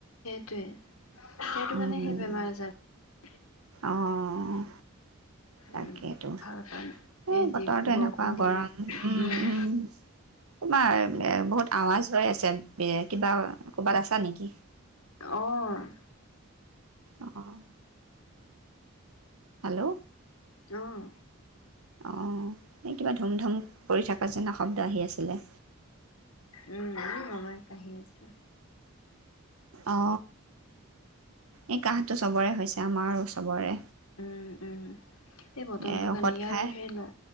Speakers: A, on the left (about 80°); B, on the right (about 80°).
A: <unintelligible> সেইটো
B: উম,
A: কাৰণে সেই বেমাৰ আজাৰ
B: অ' তাকেইতো।
A: উম,
B: এ
A: ভাল কাৰণ এই দি
B: বতৰটো
A: বৰষুণ
B: এনেকুৱা
A: দিলে
B: গৰম, উম-উম।
A: উম,
B: তোমাৰ বহুত আৱাজ হৈ আছে। বে কিবা, কৰবাত আছাঁ নেকি?
A: অ'
B: অ'। হেল্ল'
A: অ', উম,
B: অ'। এই কিবা ধুম-ধুম পৰি থকা চিনা শব্দ আহি আছিলে।
A: উম মামাই কাহি আছে
B: অ এই কাহঁটো চবৰে হৈছে আমাৰো চবৰে
A: উম, উম, এই বতৰটো
B: এ ঔষধ
A: কাৰণে ইয়াৰ
B: খাই
A: আৰু সেই ল